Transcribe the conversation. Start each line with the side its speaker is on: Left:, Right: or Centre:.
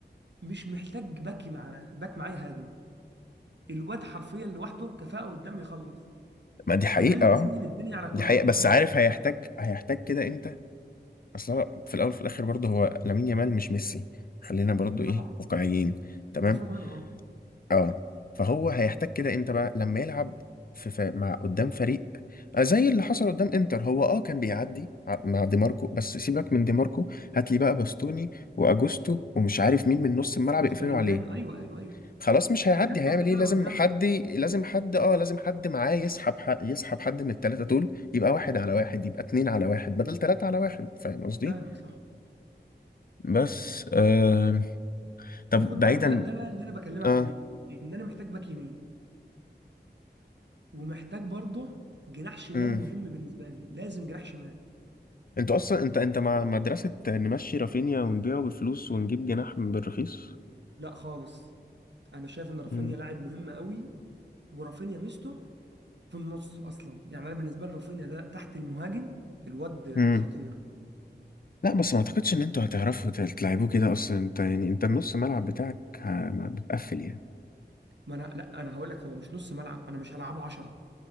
Right: مش محتاج باك معاه باك معاه يهاجم الواد حرفيا لوحده كفاءه قدام يخلص
Left: ما دي حقيقة
Right: فده اللي
Left: اه
Right: مسهل الدنيا على كوندي
Left: دي حقيقة
Right: فاهمني
Left: بس عارف هيحتاج هيحتاج كده امتى اصلا في الاول وفي الاخر برضه هو لامين يامال مش ميسي خلينا برضه
Right: طبعا
Left: ايه واقعيين تمام
Right: دي مفروغ منها اه
Left: اه فهو هيحتاج كده امتى بقى لما يلعب في ف... مع قدام فريق آه، زي اللي حصل قدام انتر هو اه كان بيعدي ع- مع دي ماركو بس سيبك من دي ماركو هات لي بقى باستوني واجوستو ومش عارف مين من نص الملعب
Right: ومختريان
Left: يقفلوا عليه
Right: ايوه ايوه ايوه
Left: خلاص مش هيعدي
Right: تكتل
Left: هيعمل
Right: دفاعي
Left: ايه لازم
Right: قدامه
Left: حد لازم حد اه لازم حد معاه يسحب حق يسحب حد من التلاتة دول يبقى واحد على واحد يبقى اتنين على واحد بدل تلاتة على واحد فاهم قصدي
Right: فاهمك صح
Left: بس آه... طب
Right: ما خد بالك
Left: بعيدا
Right: ده ده بقى اللي انا بكلمك
Left: اه
Right: فيه ان انا محتاج باك يمين ومحتاج برضه جناح شمال
Left: امم
Right: مهم بالنسبه لي لازم جناح شمال
Left: انت اصلا انت انت مع مدرسة نمشي رافينيا ونبيعه بالفلوس ونجيب جناح بالرخيص
Right: لا خالص انا شايف ان رافينيا
Left: امم
Right: لاعب مهم قوي ورافينيا ميزته في النص اصلا يعني انا بالنسبه لي رافينيا ده تحت المهاجم الواد
Left: امم
Right: خطير
Left: لا بس ما اعتقدش ان انتوا هتعرفوا تل- تلعبوه كده اصلا انت يعني انت النص ملعب بتاعك آه، ما بتقفل يعني
Right: ما انا لا انا هقول لك هو مش نص ملعب انا مش هلعبه 10